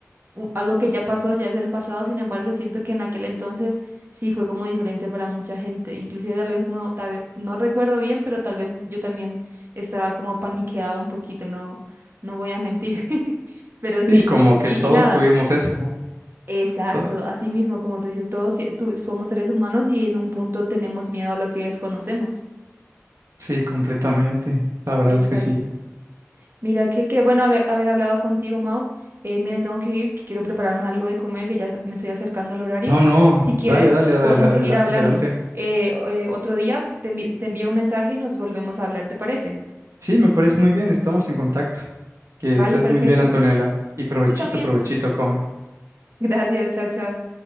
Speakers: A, on the right; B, on the right.
A: u- algo que ya pasó, ya es del pasado, sin embargo, siento que en aquel entonces sí fue como diferente para mucha gente. Inclusive tal vez uno, tal- no recuerdo bien, pero tal vez yo también estaba como paniqueada un poquito, no, no voy a mentir. <laughs> Pero
B: Sí,
A: sí,
B: como que
A: y,
B: todos
A: y nada.
B: tuvimos eso. ¿no?
A: Exacto,
B: To-
A: así mismo, como tú dices, todos sie- tú- somos seres humanos y en un punto tenemos miedo a lo que desconocemos.
B: Sí, completamente. La verdad
A: Exacto.
B: es que sí.
A: Mira, que qué bueno haber, haber hablado contigo, Mau. Eh, mira, tengo que ir, que quiero prepararme algo de comer, que ya me estoy acercando al horario.
B: No, no.
A: Si quieres,
B: Dale, dale, adela-
A: podemos seguir
B: adela-
A: hablando.
B: adelante.
A: Eh, o- eh, otro día te envi- te envío un mensaje y nos volvemos a hablar, ¿te parece?
B: Sí, me parece muy bien. Estamos en contacto. Que
A: Vale,
B: estés
A: perfecto.
B: muy bien, Antonella. Y provechito,
A: Tú también.
B: provechito,
A: <laughs>
B: come.
A: Gracias, chao, chao.